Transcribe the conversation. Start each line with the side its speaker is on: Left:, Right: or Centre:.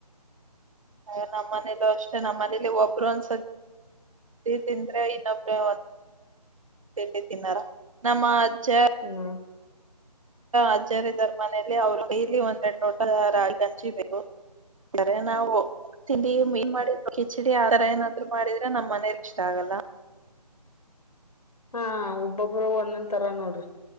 Right: ನಮ್ಮ ಮನೇಲ ಅಷ್ಟೇ ನಮ್ಮನೇಲಿ ಒಬ್ಬ. ಪರನ್ ಸಂದ್ರ ಇನ ಒಬ್ಬರೇ. ಿ ತಿನ್ನಾರ ನಮ್ಮ ಅಜ್ಜ.
Left: ಹ್ಮ
Right: ಅಜ್ಜರಿದ್ದಾರೆ ನಮ್ಮನೇಲಿ ಅವ್ರು ಡೈಲಿ ಒಂದೆರಡು ಲೋಟ ರಾಗಿ ಹಂಚಿಬೇಕು. ಕರೆ ನಾವು. ತಿಂಡಿ ಮೀ ಕಚಡಿ ಆ ತರ ಏನಾದ್ರು ಮಾಡಿದ್ರೆ ನಮ್ಮ್ ಮನರ್ ಇಷ್ಟ ಆಗಲ್ಲ.
Left: ಹಾ ಒಬ್ಬೊಬರು ಒನ್ನೊನ್ ತರ ನೋಡ್ರಿ.